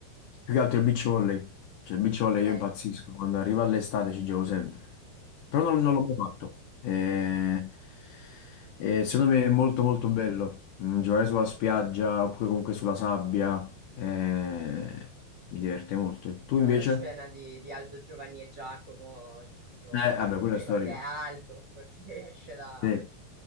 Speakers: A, on the left (about 70°); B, on the right (about 75°).
A: più che altro il beach volley. Cioè, il beach
B: ok.
A: volley
B: Eh,
A: io impazzisco. Quando arriva l'estate ci gioco sempre. Però non,
B: ci
A: non
B: sta.
A: l'ho mai fatto. Eh, eh, secondo me è molto molto bello. Mm, giocare sulla spiaggia oppure comunque sulla sabbia. eh,
B: Mm, mm.
A: mi diverte molto. E tu invece?
B: La scena di, di Aldo, Giovanni e Giacomo, di quando
A: Eh,
B: adesso
A: vabbè,
B: non
A: quella
B: mi ricordo
A: è storica.
B: che è Aldo, forse <laughs> esce da,
A: Sì,